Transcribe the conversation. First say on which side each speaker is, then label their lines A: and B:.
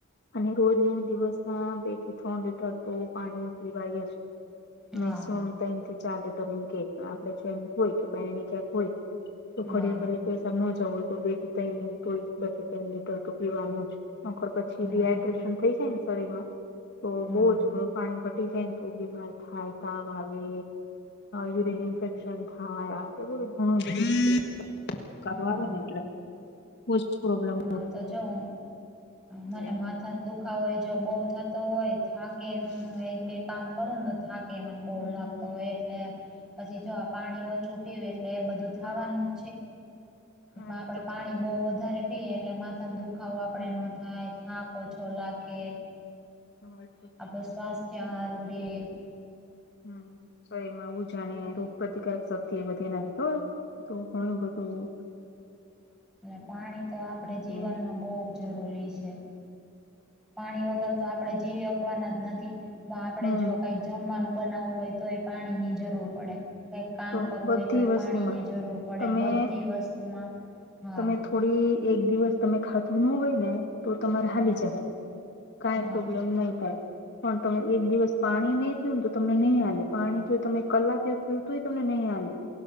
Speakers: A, on the left; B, in the centre.
A: અને રોજ ન દિવસમાં બે થી ત્રણ લીટર તો પાણી પીવાય જ- -
B: હા
A: મેક્સિમમ ત્રણ થી ચાર લીટર એ કેક આપે જો એમ હોય કે બની ક્યાંક હોય- - તો
B: હા
A: ખડી ખડી- - પૈસા ન જવું હોય તો બેથી તયથી ત લીટર તો પીવાનું જ. આખર પછી
B: હા
A: ડડીહાઈડ્રેશન થઈ જાય ને શરીર માં તો
B: હા
A: બહુ જ- - પાણી ઘટી જાયને તો બીમાર થાય તાવ આવે યુરીન
B: હા
A: ઇન્ફેક્શન થાય- - હા તો બધું ઘણું બધું કરવાનુ
B: હા
A: એટલે- - બોજ પ્રોબ્લમ-
B: હા
A: -
B: તો જોઉં મને
A: એમ
B: માથા- - દુખાવ હોય જો બહુ થતો હોય થાકે
A: હમ
B: હું
A: હમ
B: એક બે કામ કરું ને તો થાકે- - કેમને બહુ
A: હમ
B: લાગતો
A: હમ હમ
B: હોય એટલે પછી જો પાણી ઓછું પીયું એટલે બધું- -
A: હા
B: વાનું
A: હા
B: આપે
A: એ તો
B: પાણી
A: છે ભાઈ.
B: બહ વધારે પીએ એટલે મા- - ત દુખાવ આપણે
A: હમ હમ
B: ન થાય
A: હમ
B: થાંક ઓછો લાગે.
A: હા એ તો છે
B: આપડો સ્વાસ્થ્ય હારુ રે- -
A: હમ શરીરમાં ઉજા ને
B: અને
A: રોગપ્રતિકારક શક્તિ એ બે એનાથી ખબર પણ- - તો હણ બધું- -
B: એટ પાણી તો આપડે જીવનમાં
A: બેન
B: બહુ જરૂરી છે. પાણી વગર તો આપણે જીવી શકવાના જ નથી પણ આપડે
A: હમ
B: જો કઈક- - જમવાનું બનાવવું હોય તો એ પાણી ની જરૂર પડે- - કંઈક કામ
A: તો
B: કરવું
A: બધી
B: હોય તો એ
A: વસ્તુમાં
B: પાણીની જરૂર પડે
A: તમે
B: બધી વસ્તુમાં હા-
A: તમે
B: -
A: થોડી એક દિવસ તમે ખાતું ન હોય ને તો તમારે હાલી
B: હા
A: જાય- - કઈ
B: હા
A: પ્રોબ્લેમ નહી થાય. પણ તમે એક દિવસ પાણી નહી પીવુંને તો તમને નહીં હાલે પાણી તો એ તમે કલાકે પી તો -- તમને નહી હાલે